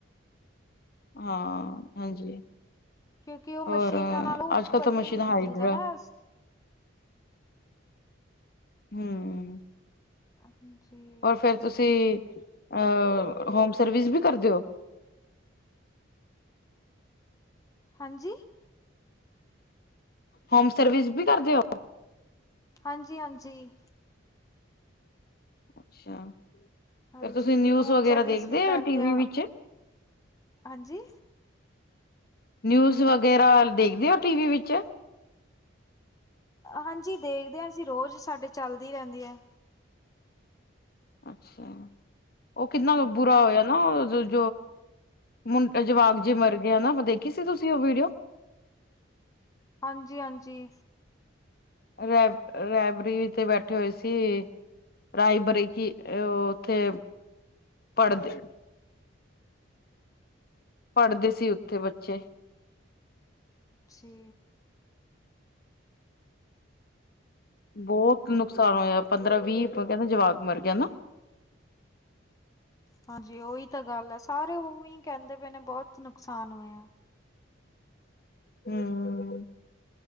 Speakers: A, on the left; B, on the left.
A: ਹਾਂ, ਹਾਂਜੀ।
B: ਕਿਉਂਕਿ ਉਹ ਮਸ਼ੀਨਾਂ
A: ਓਰ,
B: ਨਾਲ ਉਹ
A: ਆੱਜ-ਕੱਲ
B: ਵਧੀਆ
A: ਤਾਂ ਮਸ਼ੀਨਾ
B: ਨੀ ਮਿਲਦਾ
A: ਹਾਈਡਰਾ
B: ਨਾ ਜੀ।
A: ਹੂੰ।
B: ਹਾਂਂਜੀ।
A: ਓਰ ਫੇਰ ਤੁਸੀ, ਅ ਹੋਮ ਸਰਵਿਸ ਵੀ ਕਰਦੇ ਓ?
B: ਹਾਂਜੀ
A: ਹਮ ਸਰਵਿਸ ਵੀ ਕਰਦੇ ਓ?
B: ਹਾਂਜੀ-ਹਾਂਜੀ।
A: ਅੱਛਾ।
B: ਹਾਂਜੀ
A: ਫਿਰ ਤੁਸੀਂ ਨਿਊਜ਼
B: ਹੋਮ
A: ਵਗੈਰਾ
B: ਸਰਵਿਸ
A: ਦੇਖਦੇ
B: ਵੀ
A: ਹੋ
B: ਕਾਰਦੇ
A: ਟੀਵੀ
B: ਆ,
A: ਵਿੱਚ
B: ਹਾਂਜੀ
A: ਨਿਊਜ਼ ਵਗੈਰਾ, ਦੇਖਦੇ ਓ ਟੀਵੀ ਵਿੱਚ?
B: ਹਾਂਜੀ, ਦੇਖਦੇ ਆ ਅਸੀਂ ਰੋਜ ਸਾਡੇ ਚਾਲਦੀ ਰੈਂਦੀ ਆ।
A: ਅੱਛਾ, ਓ ਕਿੱਨਾ ਬ ਬੁਰਾ ਹੋਏਆ ਨਾ ਓ ਓ ਜੋ਼ ਮੁੰਡ, ਜਵਾਕ ਜੇ ਮਰਗੇ ਹਨਾ ਓ ਦੇਖੀ ਸੀ ਤੁਸੀ ਓ ਵੀੜੀਓ?
B: ਹਾਂਜੀ-ਹਾਂਜੀ।
A: ਰੈਬ, ਰੈਬਰੀ ਤੇ ਬੈਠੇ ਹੋਏ ਸੀ ਰਾਏਬਰੀਕੀ, ਅ ਓ ਓਥੇ ਪੜਦੇ ਪੜਦੇ ਸੀ ਉੱਥੇ ਬੱਚੇ
B: ਜੀ
A: ਬੋਤ ਨੁਕਸਾਨ ਹੋਏਆ ਪੰਦਰਾਂ-ਵੀਹ, ਪਤਾਨੀ ਕੈਂਦੇ ਜਵਾਕ ਮਰ ਗੇ ਨਾ?
B: ਹਾਂਜੀ, ਓਈ ਤਾਂ ਗਾੱਲ ਆ ਸਾਰੇ ਓਵੀਂ ਕੈਂਦੇ ਪਏ ਨੇ ਬੋਤ ਨੁਕਸਾਨ ਹੋਯਾ।
A: ਹੂੰ,